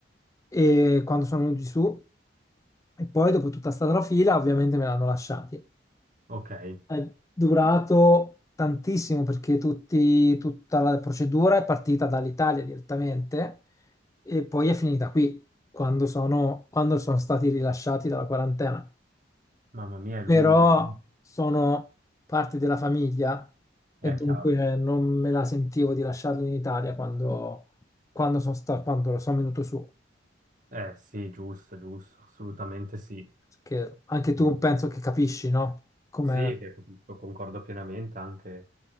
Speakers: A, on the left; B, on the right.
A: e quando sono venuti su, e poi dopo tutta sta trafila, ovviamente me l'hanno lasciati.
B: ok. Eh,
A: È durato tantissimo perché tutti- tutta la procedura è partita dall'Italia direttamente e poi è finita qui quando sono, quando sono stati rilasciati dalla quarantena.
B: Mamma mia, è
A: però
B: lunga, è lunga.
A: sono parte della famiglia
B: È
A: e dunque
B: chiaro.
A: non me la sentivo di lasciarli in Italia quando, quando sono sta- quando sono venuto su.
B: Eh sì, giusto, giusto, assolutamente sì.
A: Perché anche tu
B: Mm,
A: penso che capisci, no? Come...
B: Sì, che lo concordo pienamente, anche